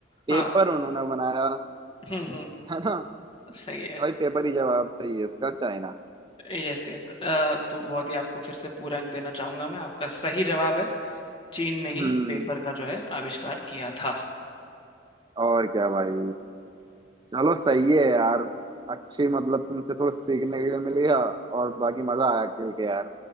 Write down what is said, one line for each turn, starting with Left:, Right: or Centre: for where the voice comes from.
Right: पेपर
Left: <laughs> हाँ
Right: उन्होंने बनाया
Left: हम्म हम्म,
Right: है ना
Left: सही है
Right: भाई पेपर ही जवाब सही है इसका चाइना
Left: यस यस तो बहुत ही आपको फिर से पूरा अंक देना चाहूंगा मैं आपका सही जवाब है चीन ने
Right: हम्म
Left: ही पेपर का जो है आविष्कार किया था
Right: और क्या भाई चलो सही है यार अच्छी मतलब तुमसे थोड़ा सीखने के लिए मिल गया और बाकी मजा आया खेल के यार